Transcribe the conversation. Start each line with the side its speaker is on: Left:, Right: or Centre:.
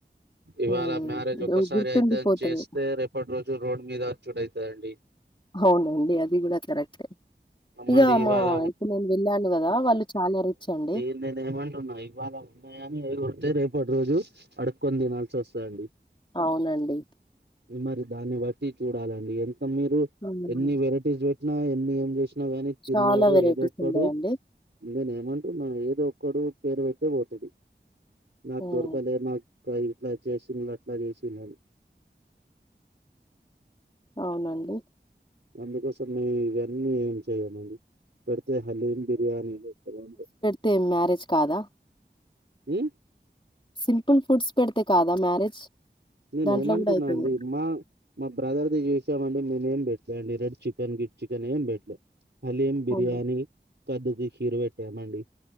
Right: ఇవాళ
Left: హ్మ్.
Right: మ్యారేజ్
Left: గు
Right: ఒకసారి
Left: గుర్తుండిపోతది.
Right: అయితే అని చేస్తే రేపటి నుంచి రోజు రోడ్ మీద చూడ అయితారండి
Left: అవునండి అది కూడా కరెక్టే ఇగ
Right: మరి ఇవాళ
Left: మా ఇప్పుడు నేను వెళ్ళాను కదా వాళ్ళు చాలా రిచ్ అండి
Right: నేనే ఏమంటున్నా ఇవాళ ఉన్నాయని ఎగిరితే రేపటి రోజు అడుక్కొని తినాల్సి వస్తాయండి
Left: అవునండి
Right: మరి దాన్ని బట్టి చూడాలండి ఎంత మీరు
Left: హ్మ్.
Right: ఎన్ని వెరైటీస్ పెట్టినా ఎన్ని ఏం చేసిన ఉన్న గాని
Left: చాలా
Right: తిన్నోడు
Left: వెరైటీస్
Right: ఏదోక్కడు
Left: ఉండేయండి.
Right: నేను ఏమంటున్నా ఏదో ఒక్కడు పేరు పెట్టే పోతాడు నాకు
Left: హ్మ్.
Right: దొరకలే నాకు తా ఇట్లా చేసిండు అట్లా చేసిండనీ
Left: అవునండి
Right: అందుకోసమే ఇవన్నీ ఏం చేయమండి పెడితే హలీం బిర్యానీ పెట్టాళ్ళాంటే
Left: తే మ్యారేజ్ కాదా
Right: మ్మ్
Left: సింపుల్ ఫుడ్స్ పెడితే కాదా మ్యారేజ్
Right: నేనే
Left: దాంట్లో
Right: ఏమంటున్నా
Left: గూడా అయితది.
Right: అండి మా మా బ్రదర్ ది చేసామండి మేమేం పెట్టలే అండి రెడ్ చికెన్ గిడ్ చికెన్ ఏం పెట్టలే హలీం బిర్యానీ
Left: ఓన్లీ
Right: కర్డు కీరు పెట్టామండి